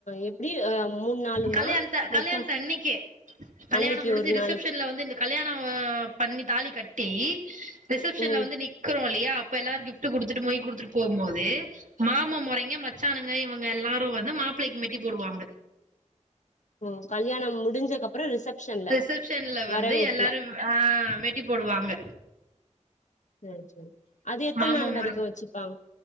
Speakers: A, on the left; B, on the right.
A: எப்டி அ மூணு நாளுமா
B: கல்யாண்த்த,
A: மொத்தோ
B: கல்யாணத்தன்னைக்கு, கல்யாணம்
A: அன்னைக்கு
B: முடிஞ்சு
A: ஒரு
B: ரிசப்ஷன்ல
A: நாளைக்கு
B: வந்து இந்த கல்யாணொ பண்ணி தாலி கட்டி, ரிசெப்ஷன்ல
A: ம்
B: வந்து நிக்றோ போ இல்லயா அப்ப எல்லாரு, கிஃப்ட் குடுத்துட்டு மீய் குடுத்துட்டு போம்போது மாம முறைங்க மச்சான்னுங்க இவங்க எல்லாரு, வந்து மாப்பிளைைக்கு மெட். டி போடுவாங்க.
A: ஓ கல்யாணம் முடிஞ்சக்கு அப்பறோ ரிசப்ஷன்ல
B: ரிசபஷன்ல வந்து
A: வரவேற்புல
B: எல்லாரு, ஆஹ் மெட்டி போடுவாங்க.
A: சேர் சேரி அது எத்த
B: மாமா
A: நாள்
B: மொறை
A: வரைக்கு, வெச்சுப்பாங்க